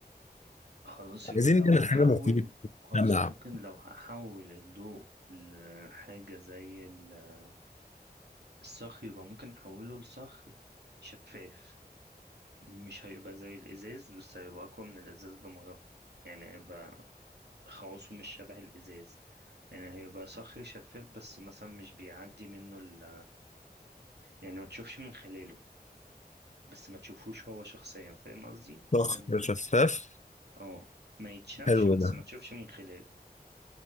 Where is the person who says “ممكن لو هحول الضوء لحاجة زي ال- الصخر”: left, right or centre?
Right